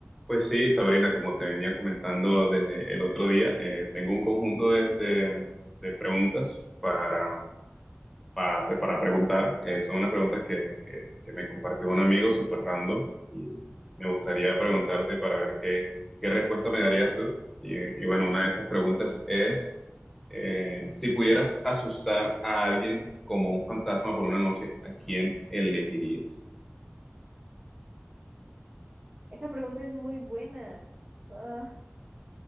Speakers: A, in the centre; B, on the right (about 30°).
A: Pues sí, Sabrina, como te venía comentando desde el otro día, eh, tengo un conjunto de, de- de preguntas para, para, pues, para preguntar. Eh, son unas preguntas que, que- que me compartió un amigo súper random y me gustaría preguntarte para ver qué, qué respuesta me darías tú. Y, y bueno, una de esas preguntas es, eh, si pudieras asustar a alguien como un fantasma por una noche, ¿a quién elegirías?
B: Esa pregunta es muy buena. Ah,